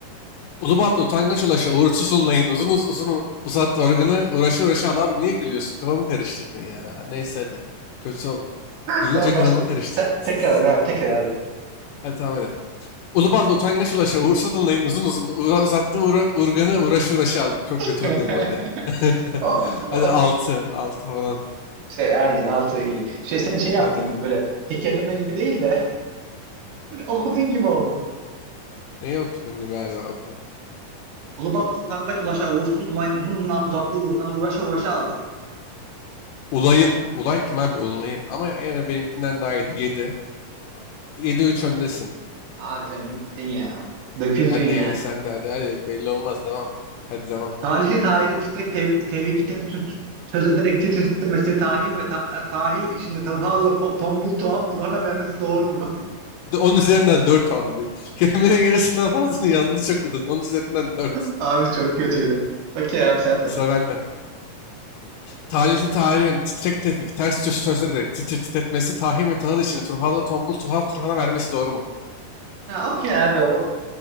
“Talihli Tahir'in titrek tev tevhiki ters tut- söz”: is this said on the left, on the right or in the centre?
Right